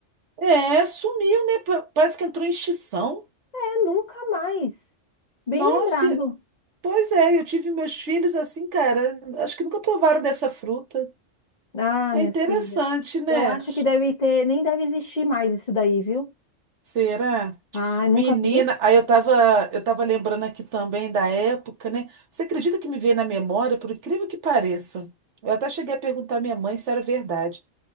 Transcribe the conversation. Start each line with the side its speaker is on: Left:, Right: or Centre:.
Right: É, sumiu, né? Pa- Parece que entrou em extinção.
Left: É, nunca mais. Bem
Right: Nossa,
Left: lembrado.
Right: Pois é, eu tive meus filhos assim, cara. Acho que nunca provaram dessa fruta.
Left: Ah,
Right: É
Left: minha
Right: interessante,
Left: filha.
Right: né?
Left: Eu acho que deve ter, nem deve existir mais isso daí, viu?
Right: Será?
Left: Ai, nunca
Right: Menina,
Left: vi.
Right: aí eu tava, eu tava lembrando aqui também da época, né? Você acredita que me veio na memória, por incrível que pareça? Eu até cheguei a perguntar à minha mãe se era verdade.